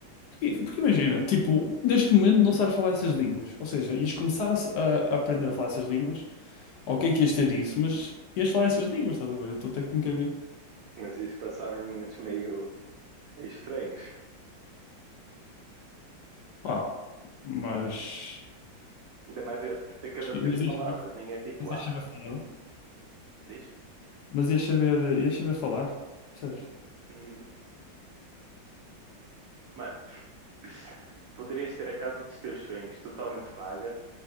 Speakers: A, on the left (about 70°); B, on the right (about 85°).
A: Porque porque imagina, tipo, neste momento não sabes falar essas línguas. Ou seja, ias começar a, se- a- a aprender a falar essas línguas. Ok, que ias ter isso, mas ias falar essas línguas, estás a ver? Então, tecnicamente,
B: Mas ias passar uns momentos meio, meio estranhos.
A: pá, mas.
B: Ainda mais é t- a cada
A: Mas
B: três palavras.
A: ias saber,
B: Nem é tipo,
A: mas ias
B: ah,
A: saber falar.
B: diz?
A: Mas ias saber, ias saber falar, percebes?
B: Uhum. Mano, <laughs> poderias ter a casa dos teus sonhos totalmente paga,